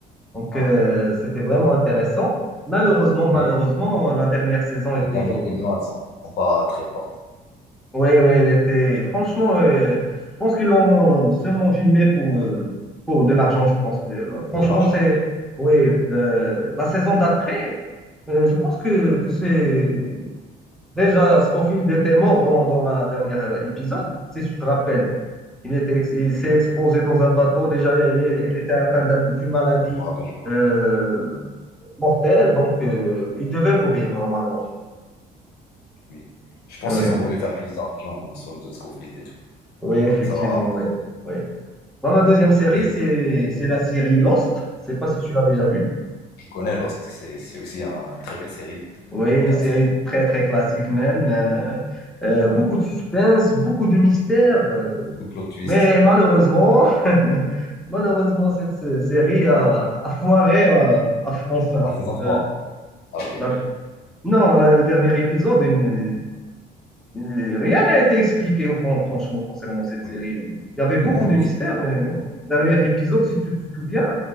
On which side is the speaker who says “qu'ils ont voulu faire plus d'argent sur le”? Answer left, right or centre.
Left